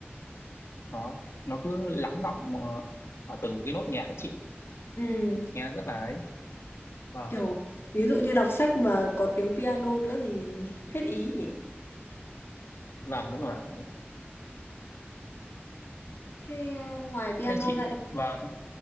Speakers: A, on the left; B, on the left.
A: nó nó cứ lắng đọng ờ, ở từng cái nốt nhạc ấy chị
B: Ừ,
A: nghe nó rất là ấy vâng
B: kiểu ví dụ như đọc sách mà có tiếng piano nữa thì hết ý nhỉ.
A: vâng đúng rồi ạ.
B: Thế ờ, ngoài piano
A: thế chị
B: ra em,
A: vâng